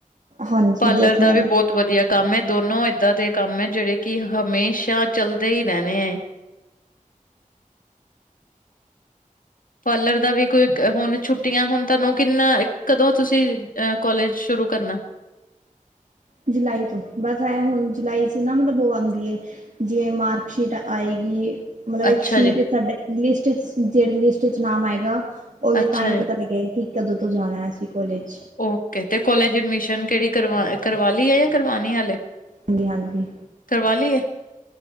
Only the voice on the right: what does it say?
ਹਾਂਜੀ
ਦੇਖਣੇ
ਆ
ਜੁਲਾਈ ਤੋਂ ਬਸ ਇਹ ਹੁਣ ਜੁਲਾਈ ਚ ਨਾ ਮਤਲਬ ਉਹ ਆਂਦੀ ਏ। ਜਿਵੇਂ ਮਾਰਕਸ਼ੀਟ ਆਏਗੀ। ਮਤਲਬ
ਇੱਕ ਸ਼ੀਟ
ਸਾਡੇ ਲਿਸਟ ਜਿਹੜੀ ਲਿਸਟ ਚ ਨਾਮ ਆਏਗਾ। ਉਹੀ
ਤਾਂ ਹੀ ਤਾ
ਪਤਾ ਲੱਗੇ ਗਾ ਕਿ ਕਦੋਂ ਤੋਂ ਜਾਣਾ ਅਸੀ ਕੋਲੇਜ,
ਹਾਂਜੀ, ਹਾਂਜੀ